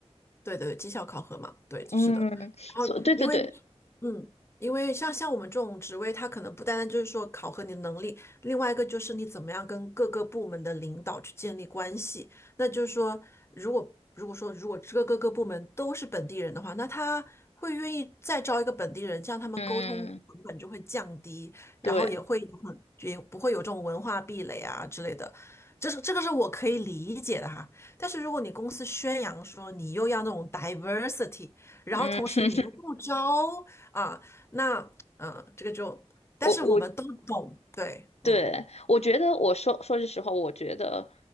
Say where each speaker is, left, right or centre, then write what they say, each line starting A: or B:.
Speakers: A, on the left; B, on the left.
A: 对对，绩效考核嘛，对，是的。
B: 嗯，
A: 然后因为，
B: 所对对对，
A: 嗯，因为像像我们这种职位，它可能不单单就是说考核你的能力，另外一个就是你怎么样跟各个部门的领导去建立关系。那就是说，如果如果说如果这个各个部门都是本地人的话，那他会愿意再招一个本地人，这样他们沟通成本就会降低，
B: 嗯
A: 然后也会有很也不会有这种文化壁垒啊之类的。
B: 对，
A: 这是这个是我可以理解的哈，但是如果你公司宣扬说你又要那种 diversity，然后同时你又不招啊，
B: 嗯，<laughs>
A: 那嗯、呃这个就，但是我们都懂，
B: 我我
A: 对，
B: 对，
A: 嗯
B: 我觉得我说说句实话，我觉得